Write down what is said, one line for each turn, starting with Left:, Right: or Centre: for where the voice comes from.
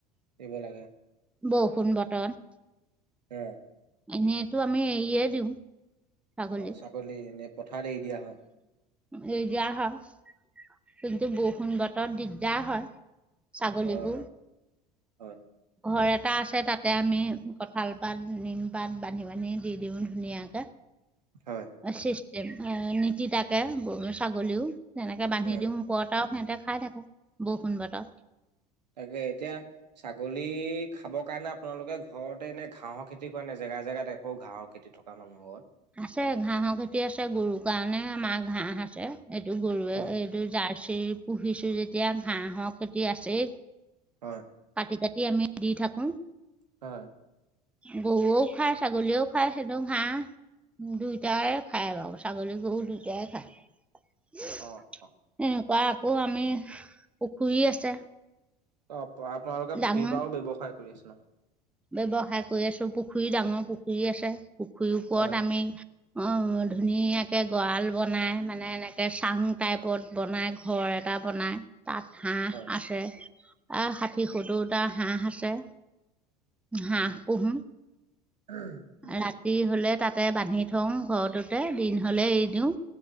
Right: দিব লাগে।
Centre: বৰষুণ বতৰত
Right: উম
Centre: এনেইতো আমি এৰিয়ে দিওঁ। ছাগলীক
Right: অ ছাগলী নে পথাৰত এৰি দিয়া হয়।
Centre: এৰি দিয়া হয় কিন্তু বৰষুণ বতৰ দিগদাৰ হয়। ছাগলী
Right: হয়
Centre: গু।
Right: হয় হয়।
Centre: ঘৰ এটা আছে তাতে আমি কঠাল পাত নিমপাত বান্ধি-বান্ধি দি দিওঁ ধুনীয়াকে।
Right: হয়
Centre: <unintelligible> নীতিতাকে গৰু ছাগলীও। এনেকে বান্ধি
Right: উম
Centre: দিওঁ ওপৰত আৰু সিঁহতে খাই থাকো, বৰষুণ বতৰত।
Right: তাকে এতিয়া ছাগলী খাবৰ কাৰণে আপোনালোকে ঘৰতে এনে ঘাঁহৰ খেতি কৰা নাই, জেগা-জেগাই দেখো ঘাঁহৰ খেতি থকা মানুহৰ ঘৰত?
Centre: আছে ঘাঁহৰ খেতি আছে গৰুৰ কাৰণে আমাৰ ঘাঁহ আছে। এইটো গৰুৱে
Right: হয়
Centre: এইটো জাৰ্চিৰ পুহিছো যে এতিয়া ঘাঁহৰ খেতি আছেই।
Right: হয়।
Centre: কাটি-কাটি আমি দি থাকো।
Right: হয়।
Centre: গহৰুৱেও খাই ছাগলীয়েও খাই সেইটো ঘাঁহ। দুইটাই খায় বাৰু ছাগলী গৰু দুইটাই খায়। এনেকুৱা
Right: অ অ
Centre: আকৌ আমি পুখুৰী আছে।
Right: অ আপোনালোকে পুখুৰীৰ
Centre: ডাঙৰ
Right: পৰাও ব্যয়ৱসায় কৰি আছে নহয়।
Centre: ব্যৱসায় কৰি আছো পুখুৰী ডাঙৰ পুখুৰী আছে। পুখুৰীৰ ওপৰত
Right: হয়
Centre: আমি অ ধুনীয়াকে গড়াল বনাই মানে এনেকে চাং টাইপত বনায় ঘৰ এটা বনায়। তাত হাঁহ
Right: হয়
Centre: আছে, প্ৰায় ষাঠি
Right: হয়
Centre: সত্তৰটা হাঁহ আছে। হাঁহ
Right: হয় হয়।
Centre: পুহো,
Right: উম,
Centre: ৰাতি হলে তাত তাতে বান্ধি থওঁ ঘৰটোতে, দিন হলে এৰি দিওঁ,